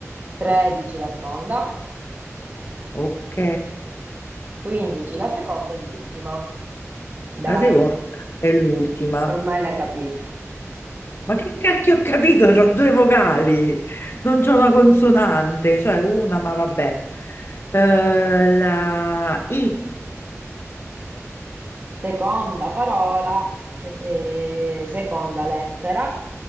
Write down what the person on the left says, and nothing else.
ok.
La seconda è l'ultima.
Ma che cacchio ho capito? C'ho due vocali, non c'ho una consonante, cioè una, ma vabbè. Eh, la I.